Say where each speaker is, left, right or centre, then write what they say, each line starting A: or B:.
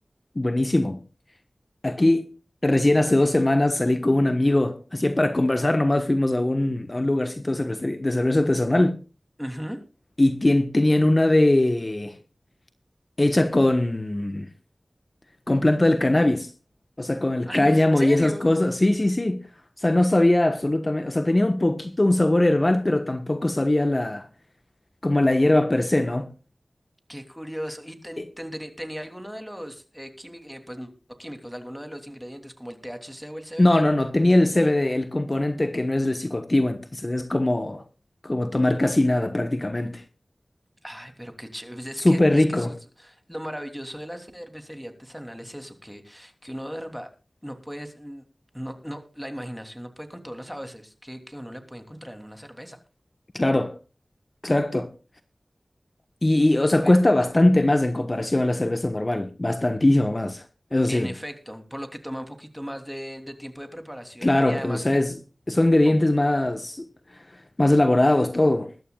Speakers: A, on the left; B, in the centre.
A: buenísimo. Aquí, recién hace dos semanas salí con un amigo, así para conversar, nomás fuimos a un, a un lugarcito de cervecería- de cerveza artesanal
B: Ujú.
A: y tien- tenían una de... hecha con, con planta del cannabis, o sea, con el
B: Ay,
A: cáñamo
B: ¿en serio?
A: y esas cosas. Sí, sí, sí. O sea, no sabía absolutamente, o sea, tenía un poquito un sabor herbal, pero tampoco sabía la, como la hierba per se, ¿no?
B: Qué curioso. ¿Y ten-
A: Eh,
B: tendré- tenía alguno de los químicos, pues no no químicos, alguno de los ingredientes como el THC o el CBD?
A: No, no, no, tenía el CBD, el componente que no es el psicoactivo, entonces es como, como tomar casi nada prácticamente.
B: Ay, pero qué chévere. Pues Es
A: Súper
B: que, es
A: rico,
B: que eso es lo maravilloso de la cervecería artesanal es eso, que, que uno de verdad no puedes, mm, no, no, la imaginación no puede con todos los sabores que, que uno le puede encontrar en una cerveza.
A: claro, exacto. Y, y, o sea,
B: Pues,
A: cuesta bastante más en comparación a la cerveza normal, bastantísimo más, eso sí.
B: en efecto, por lo que toma un poquito más de, de tiempo de preparación
A: Claro,
B: y además
A: pues, o sea,
B: que
A: es- son ingredientes
B: como
A: más, más elaborados, todo,